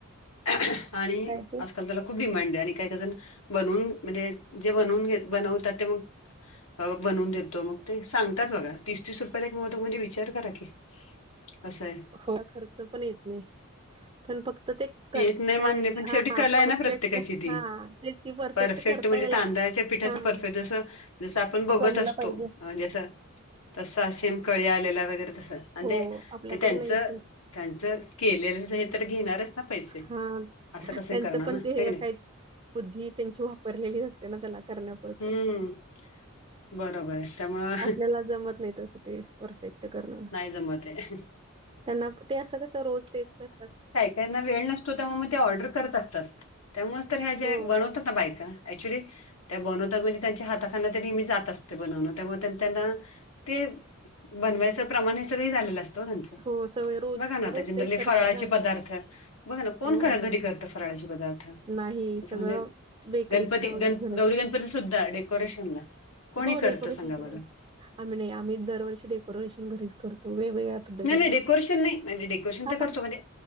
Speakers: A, on the left; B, on the right.
A: <unintelligible> आणि
B: काय ते
A: आजकाल त्याला खूप डिमांड ए... आणि काय काय जण... बनून.. म्हणजे जे बनवून घे... बनवतात ते मग.. अं बनवून देतो... मग ते सांगतात बघा... तीस तीस रुपयाला एक मोदक... म्हणजे विचार करा की असं ए.
B: <unintelligible> खर्च पण येत नई. पण फक्त ते करता
A: येत नाही मान्य
B: येईल..
A: पण
B: हा
A: शेवटी कला
B: परफेक्ट...
A: आहे ना प्रत्येकाची ती.
B: हा तेच की
A: परफेक्ट
B: करता
A: म्हणजे...
B: यायला
A: तांदळाच्या पिठाचं...
B: हां,
A: परफेक्ट जसं... जसं आपण बघत
B: जमलं
A: असतो
B: पाहिजे.
A: जसं तसा सेम... कळी आलेला वगैरे... तसं... आणि
B: हो, आपल्याकडे
A: ते... त्यांचं
B: नाही ते.
A: त्यांच... केलेलं नाही तर घेणारच ना पैसे
B: हा...
A: असं कसं
B: त्यांचं
A: करणार
B: पण
A: ना
B: ते हे
A: की नाही
B: काय? बुद्धी त्यांची वापरलेलीच असते ना... त्याला करण्यापुरतं
A: हम्म बरोबर आहे त्यामुळं
B: आपल्याला जमत नाही तसं ते परफेक्ट करण
A: नाही जमत आहे
B: त्यांना ते असं, कसं रोज तेच करतात
A: त्यांना वेळ नसतो त्या मग ते ऑर्डर करत असतात त्यामुळे्या ह्या ज्या
B: हो,
A: बनवतात बाईका ऍक्च्युली त्या बनवतात म्हणजे त्यांच्या हाताखालन ते नेहमी जात असते बनवण त्यामुळे त्यांना ते बनवायचं प्रमाण हे सगळ झालेलं असत हो त्याचं
B: हो, सवय रोज
A: बघा ना
B: रोज तेच करतात
A: फराळाचे
B: ना.
A: पदार्थ बघा ना कोण
B: हो,
A: घरी करत फराळायाचे पदार्थ
B: नाही
A: तसं
B: सगळं
A: म्हणजे
B: बेकरीतनं
A: गणपती
B: वगैरे घेऊन येतात.
A: गौरी गणपती सुद्धा डेकोरेशन ला कोणी
B: हो, डेकोरेशन
A: करत सांगा
B: सगळं.
A: बर
B: आम्ही नाही आम्ही दरवर्ष डेकोरेशन घरीच करतो वेगवेगळ्या पद्धतीने.
A: नाही, नाही डेकोरेशन नाही डेकोरेशन
B: हां,
A: तर
B: पण
A: करतो म्हणजे